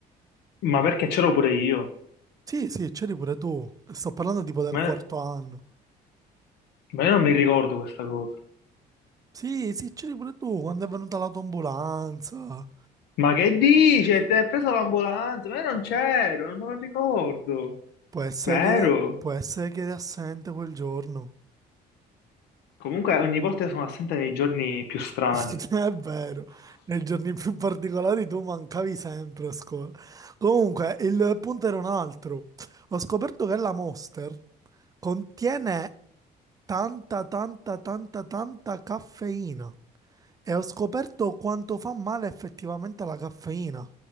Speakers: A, on the left; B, on the right.
A: Ma perché c'ero pure io?
B: Sì, sì, c'eri pure tu. Sto parlando tipo del
A: Ma,
B: quarto anno.
A: ma io non mi ricordo questa cosa.
B: Sì, sì, c'eri pure tu quando è venuta l'autoambulanza.
A: Ma che dici? Ti hai preso l'ambulanza? Ma io non c'ero, non me lo ricordo.
B: Può essere
A: Vero?
B: che, può essere che eri assente quel giorno.
A: Comunque ogni volta sono assente nei giorni più strani.
B: <laughs> È vero, nei giorni più particolari tu mancavi sempre a scuola. Comunque, il punto era un altro. Ho scoperto che la Monster contiene tanta, tanta, tanta, tanta caffeina. E ho scoperto quanto fa male effettivamente la caffeina.